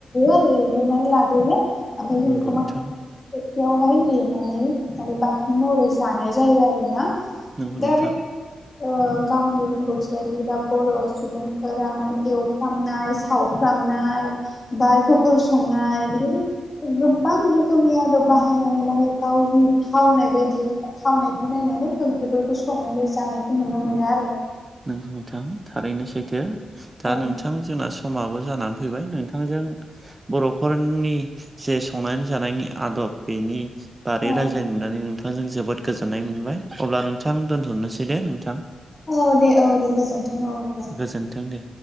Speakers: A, on the left; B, on the right.
A: आरो एवदबनानै लाग्रोयो आमफाय जों
B: नंगौ
A: बेखौ
B: नोंथां
A: माखा थोफिआवहाय देनानै माने बांसिन महरै जानाय जायो आरो ना
B: नंगौ
A: दा
B: नोंथां
A: बे ओ गावनि रोंगौथि बेबाख बर' सुबुंफोरा माने एवफ्रामनाय सावफ्रामनाय ब जह'खल संनाय बिदिनो गोबां रोखोमनि आदब बाहायनानै माने गावनि थावनाय बायदि थावनायखौ नायनानै ओंख्रिफोरखौ संनानै जानायखौ नुनो मोनो आरो
B: नों नोंथां थारैनो सैथो दा
A: औ
B: नोंथां जोंना सम समाबो जानानै फैबाय नोंथांजों बर'फोरनि जे संनानै जानायनि आदब बेनि बादै
A: औ
B: रायज्लायनो मोननानै नोंथांजों जोबोद गोजोननाय मोनबाय अब्ला नोंथां दोनथ'नोसै दे नोंथां
A: औ दे औ दे गोजोन्थों औ होनब्ला
B: गोजोन्थों दे